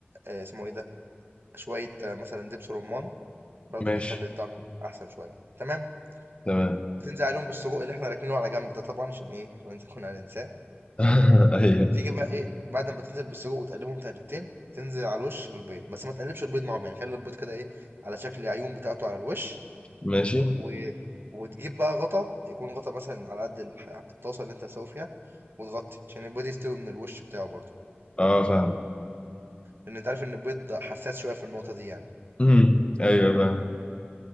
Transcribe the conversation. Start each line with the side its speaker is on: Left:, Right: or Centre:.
Right: آه، اسمه إيه ده شوية آه، مثلا دبس رمان برضو
Left: ماشي
Right: بيخلي الطعم أحسن شوية تمام
Left: تمام
Right: وتنزل عليهم بالسجق اللي احنا راكنينه على جنب ده طبعا عشان ايه عشان نكون هننساه
Left: <laughs> ايوه
Right: تيجي بقى ايه بعد ما تنزل بالسجق وتقلبهم تقلبتين تنزل على الوش بالبيض بس ما تقلبش البيض معاهم يعني خلي البيض كده ايه على شكل عيون بتاعته على الوش
Left: ماشي
Right: و... وتجيب بقى غطا يكون غطا مثلا على قد الح- الطاسه اللي انت هتسوي فيها وتغطي عشان البيض يستوي من الوش بتاعه برضه
Left: اه فاهم
Right: لان انت عارف ان البيض حساس شويه في النقطه دي يعني
Left: امم ايوه فاهم